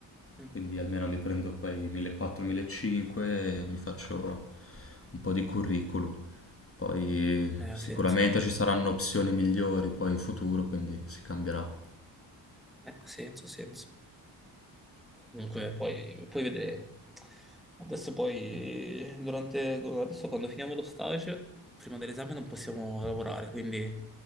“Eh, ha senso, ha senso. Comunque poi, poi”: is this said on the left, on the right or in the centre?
Centre